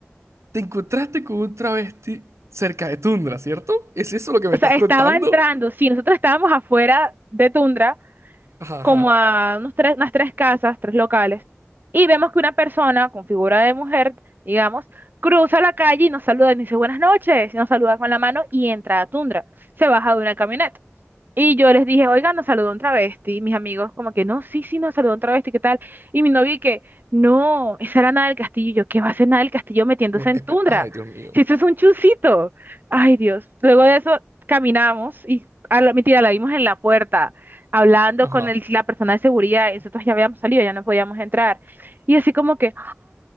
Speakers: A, on the right (about 80°); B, on the right (about 45°).
A: Te encontraste con un travesti cerca de Tundra, ¿cierto? ¿Es eso lo que me
B: O
A: estás
B: sea,
A: contando?
B: estaba entrando, sí, nosotros estábamos afuera de Tundra,
A: Ajá, ajá.
B: como a unos tres, unas tres casas, tres locales, y vemos que una persona con figura de mujer, digamos, cruza la calle y nos saluda, y nos dice buenas noches, y nos saluda con la mano y entra a Tundra. Se baja de una camioneta. Y yo les dije, oigan, nos saludó un travesti. Mis amigos, como que no, sí, sí, nos saludó un travesti, ¿qué tal? Y mi novio, y que no, esa era Nada del Castillo. Y yo, ¿qué va a hacer Nada del Castillo metiéndose
A: No,
B: en
A: espera.
B: tundra?
A: Ay, Dios mío.
B: Si eso es un chusito. Ay, Dios. Luego de eso, caminamos y, a la, mentira, la vimos en la puerta, hablando
A: Ajá.
B: con el- la persona de seguridad. y Nosotros ya habíamos salido, ya no podíamos entrar. Y así, como que,